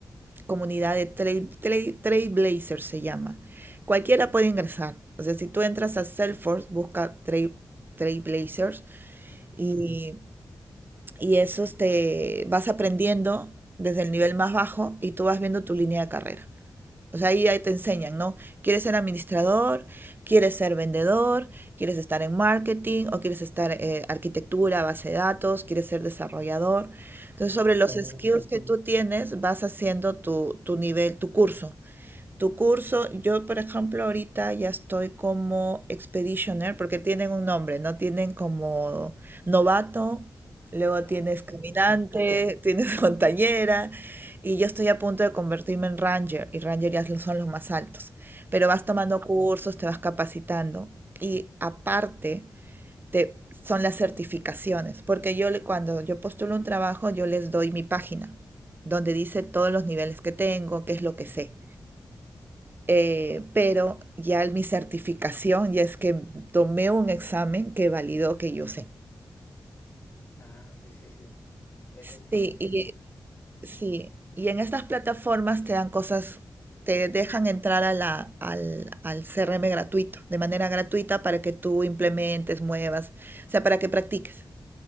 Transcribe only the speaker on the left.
Ajá.
Oh,
ajá.
Ah,
sí, sí.
Oh.
Ah, sí, sí, sí. Es
lo que...